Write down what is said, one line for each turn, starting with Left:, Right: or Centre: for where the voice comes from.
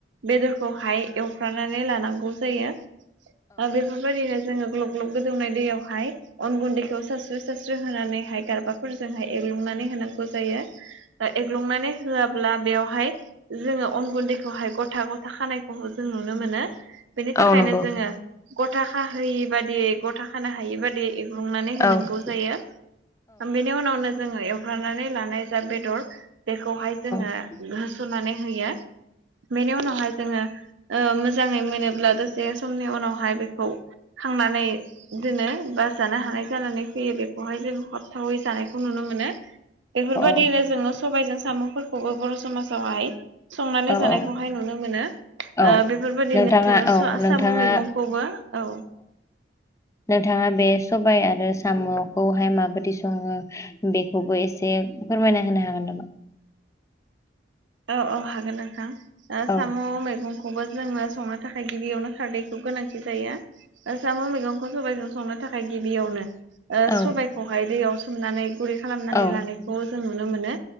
Right: बेदरखौहाय एवफ्रानानै लानांगौ जायो बेफोरबायदिनो जोङो ग्लब ग्लब गोदौनाय दैयावहाय अन गुन्दैखौ सारस्रि सारस्रि होनानैहाय गारबा फोरजोंहाय एग्लुंनानै होनांगौ जायो एग्लुंनानै होआब्ला बेयावहाय जोङो अन गुन्दैखौहाय गथा गथा खानायखौ जों नुनो मोनो। बेनि थाखायनो
Left: औ नंगौ औ
Right: जोङो गथा खाहोयि बादियै गथ खानो हायि बादि। बुंनानै
Left: औ
Right: होनांगौ जायो बेनि उनावनो। जोङो एवफ्रनानै लानाय जा बेदर बेखौहाय जोङो
Left: औ
Right: होस'नानै होयो। बेनि उनावहाय जोङो मोजाङै मोनोब। अब्ला दसे समनि उनावहाय बेखौ खांनानै दोनो बा जानो हानाय जानानै फैयो बेखौहाय जों। थावै जानायखौ नुनो मोनो बेफोरबायदिनो
Left: औ
Right: जोङो। सबायजों साम'फोरखौबो बर' समाजावहाय। संनानै
Left: औ
Right: जानायखौहाय
Left: औ
Right: नुनो मोनो
Left: औ
Right: बेफोरबायदिनो।
Left: नोंथाङा
Right: जोङो
Left: औ
Right: सु
Left: नोंथाङा
Right: साम' मैगंखौबो औ।
Left: नोंथाङा बे सबाय आरो साम'खौहाय माबाददि सङो। बेखौबो एसे फोरमायना होनो हागोन नामा?
Right: औ औ हागोन नोंथां
Left: औ
Right: साम' मैगं। खौबो जोङो संनो थाखाय गिबियावनो खारदैखौ गोनांथि जायो साम' मैगंखौ। सबबायजों संनो थाखाय गिबियावनो
Left: औ
Right: सबाइखौहाय दैयाव सोमनानै गुरै खालामनानै
Left: औ
Right: लानाय। खौ जों नुनो मोनो